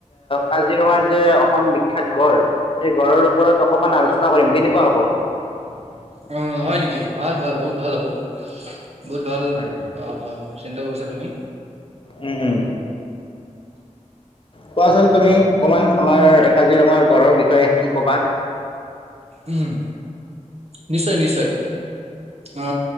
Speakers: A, on the left; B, on the right.
A: কাজিৰঙাৰ যে অসম বিখ্যাত। গড় সেই গড়ৰ ওপৰত অকমান আলোচনা কৰিম কেনেকুৱা হ'ব <unintelligible>
B: অ হয় নেকি ভাল ভাল বহুত ভাল হব। বহুত ভাল
A: হয়।
B: অ চিন্তা কৰিছা তুমি।
A: উম উম কোৱাচোন তুমি অকমান আমাৰ কাজিৰঙাৰ গড়ৰ বিষয়ে কি কবা
B: উম নিশ্চয় নিশ্চয়। অ